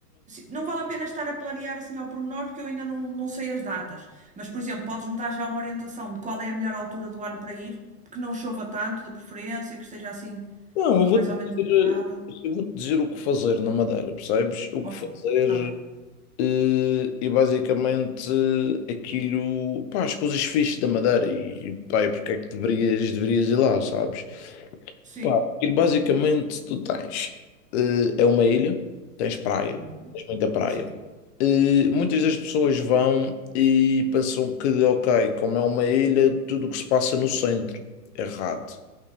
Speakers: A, on the right; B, on the left.
A: sim, não vale a pena estar a planear assim ao pormenor, porque eu ainda não, não sei as datas. Mas, por exemplo, podes-me dar já uma orientação de qual é a melhor altura do ano para ir, que não chova tanto, de preferência, que esteja assim
B: Não, eu
A: mais
B: vou-te
A: ou menos
B: dizer,
A: agradável.
B: eu vou-te dizer o que fazer na Madeira, percebes? O
A: Ok,
B: que fazer.
A: está bem.
B: Eh, e basicamente aquilo, pá, as coisas fixes da Madeira e pá, e porque é que deverias, deverias ir lá, sabes?
A: Sim.
B: Pá, aquilo basicamente tu tens, eh, é uma ilha, tens praia,
A: Uhum.
B: tens muita praia.
A: Sim.
B: Eh, muitas das pessoas vão e pensam que, ok, como é uma ilha, tudo o que se passa no centro, é errado.